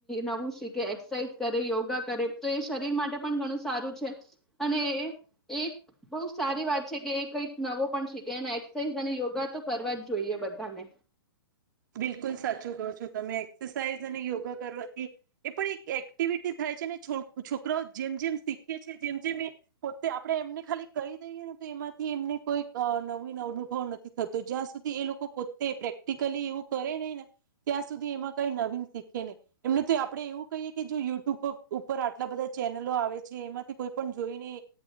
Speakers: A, in the centre; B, on the right.
A: નવું શીખે એક્સરસાઝ કરે યોગા કરે. તો એ શરીર માટે પણ ઘણું સારું છે અને એક બહુ સારી વાત છે કે એ કઈક પણ શીખે એ એક્સરસાઇઝ અને યોગા તો કરવા જ જોઈએ બધાને.
B: બિલકુલ સાચું કહો છો તમે એક્સરસાઇઝ યોગા કરવાથી, એ પણ એક એક્ટિવિટી થાય છે ને છોકરાઓ જેમ જેમ શીખે છે જેમ જેમ એ, પોતે આપણે એમને ખાલી કહી દઈએ ને તો એમાંથી એમને કોઈ નવી અનુભવ નથી થતો જ્યાં સુધી એ લોકો પોતે પ્રેક્ટિકલી એવું કરે નહીને, ત્યાં સુધી એમાં કઈ નવીન શીખે નહી, એમને તો આપડે એવું કહીએ કે જો યુટ્યુબ ઉપર આટલા બધા ચેનલો આવે છે એમાંથી કોઈ પણ જોઈને